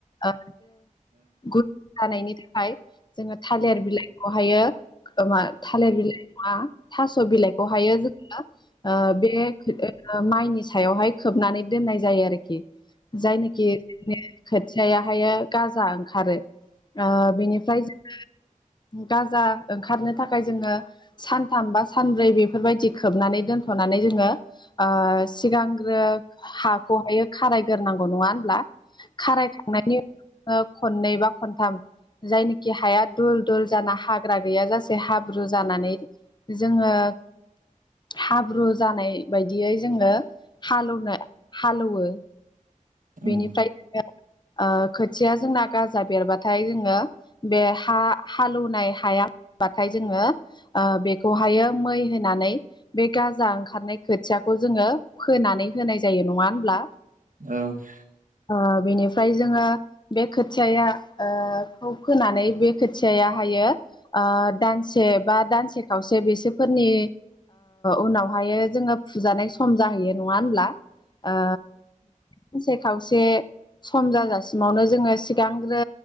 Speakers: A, on the left; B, on the right.
A: ओ गुथ जानायनि थाखाय जोङो थालिर बिलाइखौहायो ओ मा थालिर बिलाइ नङा थास' बिलाइखौहायो जोङो ओ बे ओ माइनि सायावहाय खोबनानै दोननाय जायो आरोखि । जायनोखि जोंनि खोथियाहायो गाजा ओंखारो ओ बिनिफ्राय जोङो
B: <unintelligible>
A: गाजा ओंखारनो थाखाय जोङो सानथाम बा सानब्रै बेफोरबायदि खोबनानै दोनथ' थनानै जोङो ओ सिगांग्रो हाखौहायो खारायग्रोनांगौ नङा होमब्ला । खारायखांनायनि ओ खननै बा खनथाम जायनोखि हाया दुल दुल जाना हाग्रा गैया जासे हाब्रु जानानै जोङो हाब्रु ब्रु जानाय बायदियै जोङो हालौनो हालौवो ।
B: उम
A: बेनिफ्राय ओ खोथिया जोंना गाजा बेरबाथाय जोङो बे हा हालेवनाय हाया बाथाय जोङो बेखौहायो मै होनानै बे गाजा ओंखारनाय खो खोथियाखौ जोङो फोनानै होनाय जायो नङा होमब्ला?
B: औ ।
A: ओ बेनिफ्राय जोङो बे खोथियाया ओ खौ फोनानै बे खोथियाया हायो । यो दानसे बा दानसे खावसे बेसोरफोरनि उनावहाय जोङो फुजानाय सम जाहैयो नङा होमब्ला ओ । सानसे खावसे सम जाजासिमावनो जोङो सिगांग्रो